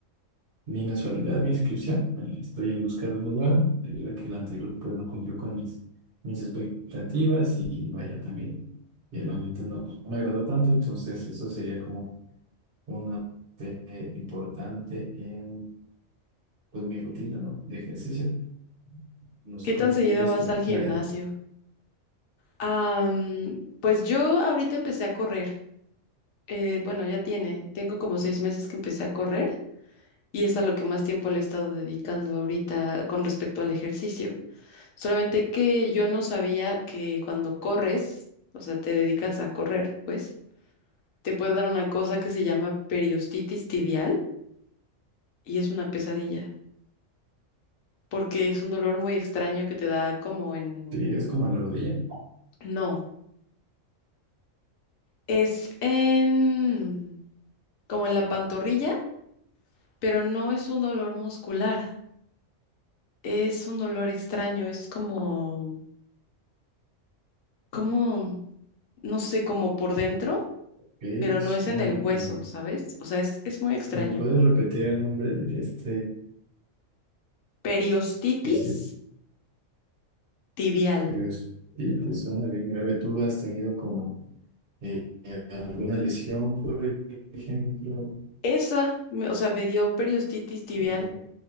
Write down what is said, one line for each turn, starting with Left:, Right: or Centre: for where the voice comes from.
Right: mi mensualidad, mi inscripción. Eh, Estoy en busca de uno nuevo, debido a que el anterior pues, no cumplió con mis, mis expectativas y vaya también. eh, El ambiente no no me agradó tanto, entonces eso sería como una parte importante en pues, mi rutina, ¿no? De ejercicio. No sé
Left: ¿Qué tan
Right: cómo
Left: seguido
Right: lo lleves
Left: vas
Right: tú,
Left: al gimnasio?
Right: Mariana.
Left: Ah, mm, pues yo ahorita empecé a correr. Eh, bueno, ya tiene, tengo como seis meses que empecé a correr y es a lo que más tiempo le he estado dedicando ahorita con respecto al ejercicio. Solamente que yo no sabía que cuando corres, o sea, te dedicas a correr, pues te puede dar una cosa que se llama periostitis tibial y es una pesadilla, porque es un dolor muy extraño que te da como en...
Right: Sí, es como a la rodilla.
Left: No, es en... como en la pantorrilla, pero no es un dolor muscular, es un dolor extraño, es como... como... no sé, como por dentro,
Right: Ok,
Left: pero
Right: sí.
Left: no es en el hueso,
Right: mm.
Left: ¿sabes? O sea, es, es muy extraño.
Right: ¿Me puedes repetir el nombre de este?
Left: Periostitis
Right: Es
Left: tibial.
Right: curioso. Sí, pues suena bien grave. ¿Tú has tenido como eh, eh, alguna lesión, por ejemplo,
Left: Esa, me- o sea, me dio periostitis tibial
Right: o